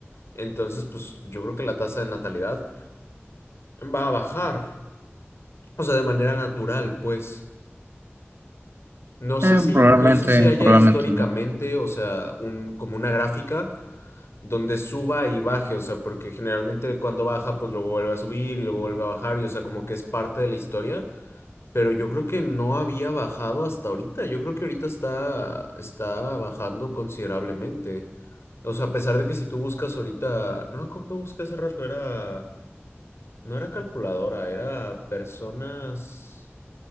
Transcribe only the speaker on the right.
Eh,
probablemente,
probablemente
no.